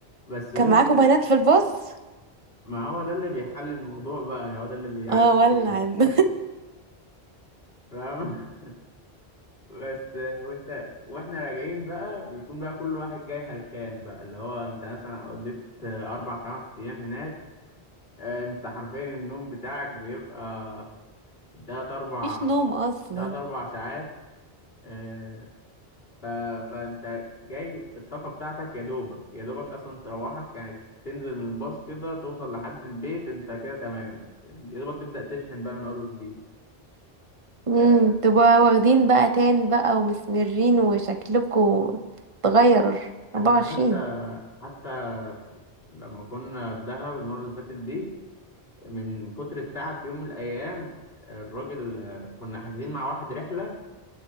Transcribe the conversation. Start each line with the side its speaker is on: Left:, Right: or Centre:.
Left: بس وانت
Right: كان معاكوا بنات في الباص
Left: ما هو ده اللي بيحل الموضوع بقى هو ده اللي بيعدي
Right: اه
Left: الدنيا
Right: ولع <laughs>
Left: فاهمة بس آه، وانت واحنا راجعين بقى بيكون بقى كل واحد جاي هلكان بقى اللي هو انت مثلا قضيت آه، اربع خمس ايام هناك آه، انت حرفيا النوم بتاعك بيبقى تلات اربع
Right: مفيش نوم اصلا
Left: تلات اربع ساعات آه، ف... فانت جاي الطاقة بتاعتك يا دوبك يا دوبك اصلا تروحك يعني تنزل من الباص كده توصل لحد البيت انت كده تمام يا دوبك تبدأ تشحن بقى من اول وجديد
Right: امم
Left: آه،
Right: تبقى واخدين بقى تان بقى ومسمرين وشكلكوا اتغير
Left: احنا
Right: 24
Left: حتى حتى لما كنا في دهب المرة اللي فاتت دي من كتر التعب في يوم من الأيام الراجل آه، كنا حاجزين مع واحد رحلة